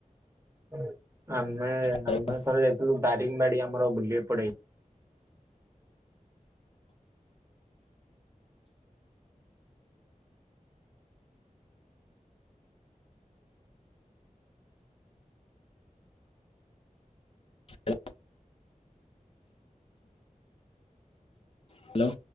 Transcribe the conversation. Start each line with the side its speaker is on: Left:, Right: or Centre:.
Right: ଉଁ ଆମେ
Left: ହ୍ୟାଲୋ
Right: ଆମେ ଥରେ ଯାଇଥିଲୁ ଦାରିଙ୍ଗ ବାଡି ଆମର ବୁଲି ପଡେଇ
Left: ହ ହ୍ୟାଲୋ।